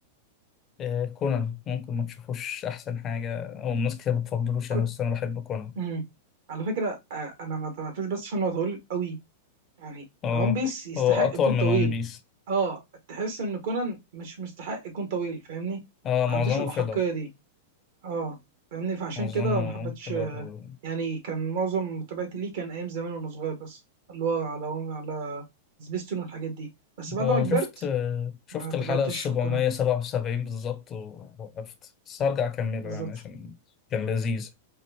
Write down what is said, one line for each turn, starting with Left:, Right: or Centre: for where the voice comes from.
Left: آه، كونان ممكن ما تشوفوش احسن حاجة او ناس كتير ما بتفضلوش
Right: كنت
Left: انا بس انا بحب كونان
Right: امم على فكره آه، انا ما تابعتوش بس عشان هو طويل قوي يعني
Left: اه
Right: وان بيس يستحق
Left: هو اطول
Right: يكون
Left: من
Right: طويل
Left: ون بيس
Right: اه تحس ان كونان مش مستحق يكون طويل فاهمني
Left: اه
Right: ما
Left: معظمه
Right: عندوش الاحقيه
Left: فيلر
Right: دي اه فاهمني فعشان
Left: معظمه
Right: كده ما حبيتش
Left: فيلر
Right: يعني كان معظم متابعتي ليه كان ايام زمان وانا صغير بس اللي هو على على سبيستون والحاجات دي بس بعد
Left: هو
Right: ما كبرت
Left: شفت شفت
Right: ما
Left: الحلقة
Right: تابعتش
Left: السبعمية
Right: في القناه
Left: سبعة وسبعين بالظبط ووقفت بس هرجع أكمله
Right: بالظبط
Left: يعني عشان كان لذيذ